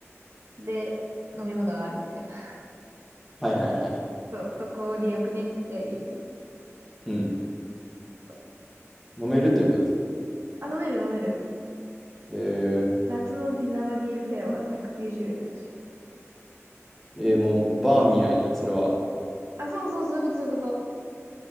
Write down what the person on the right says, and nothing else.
で、飲み物があるみたいな。
<laughs> そう、とこでよくねっていう。
そう
あの、あ、飲める飲める。
夏のビ生ビールフェアは190円だし。
あ、そうそう、そういうこと、そういうこと。